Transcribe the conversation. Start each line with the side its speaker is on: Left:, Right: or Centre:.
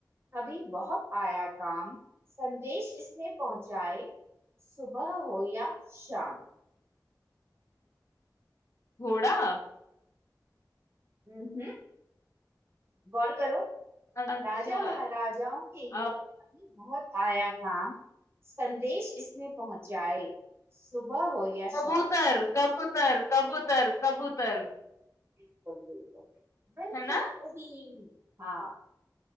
Right: कभी बहुत आया काम संदेश इसने पहुंचाए सुबह हो या शाम
Left: घोड़ा?
Right: हम्म गौर करो
Left: अच्छा
Right: राजा महाराजाओं के ये
Left: अ
Right: अभी बहुत आया काम संदेश इसमें पहुंचाए सुबह हो या
Left: कबूतर,
Right: शाम
Left: कबूतर, कबूतर, कबूतर,
Right: बिल्कुल बिल्कुल बिल्कुल
Left: है ना?
Right: सही हाँ